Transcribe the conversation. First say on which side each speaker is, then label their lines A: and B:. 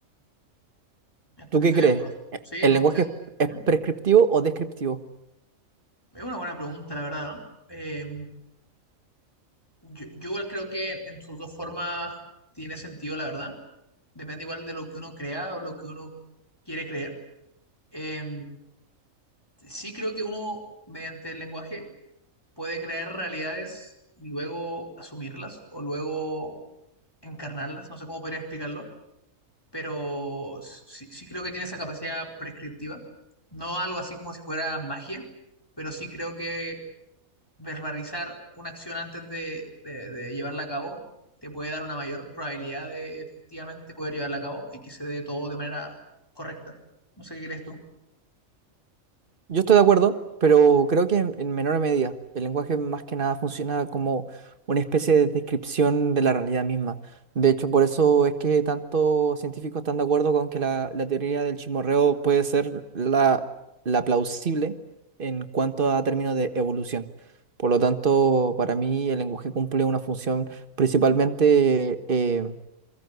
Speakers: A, on the left; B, on the right.
A: Est-
B: ¿Tú qué
A: Estoy,
B: crees?
A: de acuerdo.
B: ¿E-
A: Sí,
B: ¿El
A: no,
B: lenguaje
A: estoy-
B: es
A: ¿Mm?
B: prescriptivo o descriptivo?
A: Es una buena pregunta, la verdad, ¿no? Eh, Yo, yo igual creo que en sus dos formas tiene sentido, la verdad. Depende igual de lo que uno crea o lo que uno quiere creer. Eh, sí creo que uno, mediante el lenguaje, puede crear realidades y luego asumirlas o luego encarnarlas. No sé cómo podría explicarlo, pero sí, sí creo que tiene esa capacidad prescriptiva. No algo así como si fuera magia, pero sí creo que verbalizar una acción antes de, de- de llevarla a cabo te puede dar una mayor probabilidad de efectivamente poder llevarla a cabo y que se dé todo de manera correcta. No sé qué crees tú.
B: Yo estoy de acuerdo, pero creo que en, en menor medida. El lenguaje más que nada funciona como una especie de descripción de la realidad misma. De hecho, por eso es que tantos científicos están de acuerdo con que la, la teoría del chimorreo puede ser la, la plausible en cuanto a términos de evolución. Por lo tanto, para mí el lenguaje cumple una función principalmente eh,